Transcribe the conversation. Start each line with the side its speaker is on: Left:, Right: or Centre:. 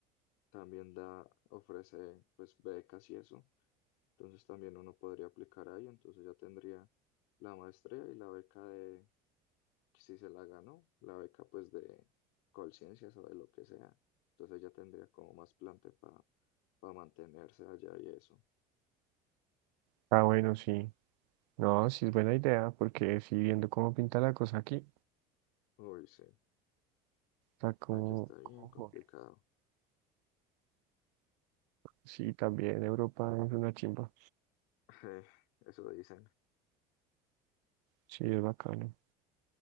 Left: también da, ofrece pues becas y eso. Entonces también uno podría aplicar ahí, entonces ya tendría la maestría y la beca de, si se la ganó, la beca pues de Colciencias o de lo que sea. Entonces ya tendría como más plante para mantenerse allá y eso.
Right: Está bueno, sí. No, sí es buena idea, porque sí, viendo cómo pinta la cosa aquí, o
Left: Uy, sí,
Right: sea, cómo,
Left: aquí está bien
Right: cómo
Left: complicado.
Right: juega. Sí, también Europa es una chimba.
Left: <laughs> Eh, Eso dicen,
Right: Sí, es bacano.